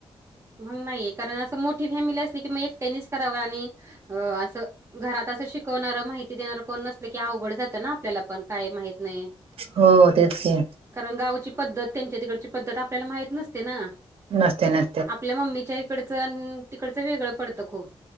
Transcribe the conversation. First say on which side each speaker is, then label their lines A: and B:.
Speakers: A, on the right (about 30°); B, on the right (about 70°).
A: मग नाहीये कारण असं मोठी फॅमिली असली की मग एक टेनिस करावं आणि अ असं घरात असं शिकवणार माहिती देणार कोण नसल की अवघड जातं ना आपल्याला पण काय माहत नाही
B: हो तेच ये
A: कारण गावची पद्धत त्यांच्या तिकडची पद्धत आपल्याला माहित नसते ना
B: नस्ते न
A: आपल्या मम्मीच्या इकडचं तिकडचं वेगळं पडतं खूप